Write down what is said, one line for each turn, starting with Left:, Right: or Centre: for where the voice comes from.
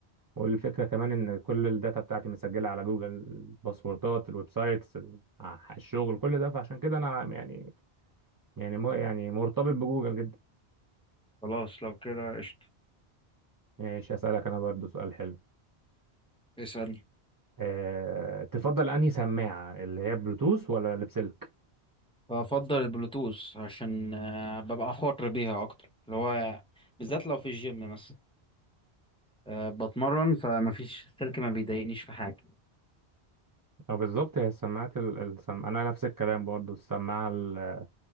Right: والفكرة كمان إن كل الداتا بتاعتي مسجلة على جوجل الباسوردات الويب سايتس ال- ع- الشغل كل ده فعشان كده أنا يعني يعني مو يعني مرتبط بجوجل جدا
Centre: خلاص لو كده قشطة
Right: ماشي أسألك أنا برضو سؤال حلو
Centre: اسأل
Right: أه تفضل أنهي سماعة اللي هي بلوتوث ولا اللي بسلك؟
Centre: بفضل البلوتوث عشان آه، ببقى حر بيها اكتر اللي هو بالذات لو في الجيم مثلا آه، بتمرن فمفيش السلك ما بيضايقنيش في حاجه
Right: أه بالظبط هي السماعات ال- السم... أنا نفس الكلام برضو السماعة ال-